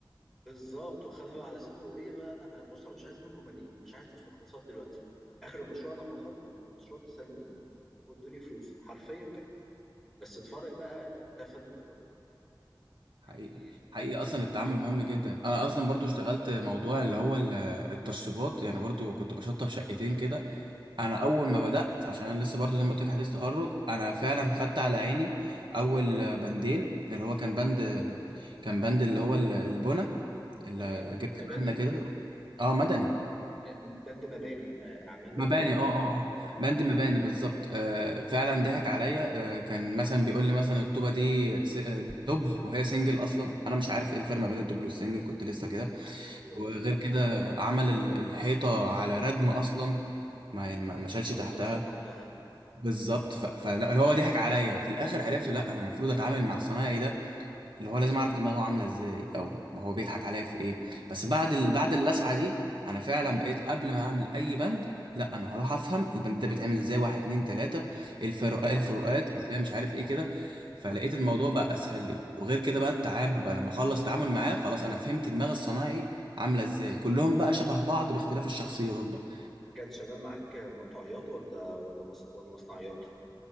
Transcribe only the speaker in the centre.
بالظبط واخدها بقى على صدره ايه بقى انا بص انا مش عايز منكم مليم مش عايز مستخلصات دلوقتي اخر المشروع لما خل... لما المشروع تسلموه وبقوا ادوني فلوس حرفيا كده بس اتفرج بقى ده فن الاداره
يعني
ده
تمام
مباني
آه، بلد مباني آه، اعمال
مباني
اه
يا نهار ابيض
ما
نضفش تحتها
صح
كان شغال معاك مقطعيات ولا ولا مص... ولا مصنعيات